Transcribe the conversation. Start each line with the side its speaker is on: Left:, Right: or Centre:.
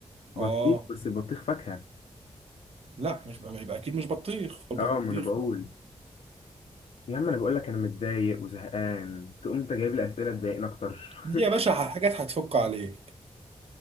Left: بطيخ
Right: آه
Left: بس البطيخ فاكهه
Right: لا مش بقى يبقى أكيد مش بطيخ البطيخ
Left: اه ما انا بقول
Right: لا.
Left: يا عم انا بقول لك انا متضايق وزهقان تقوم انت جايب لي اسئله تضايقني اكتر
Right: دي
Left: <laughs>
Right: يا باشا حاجات هتفك عليك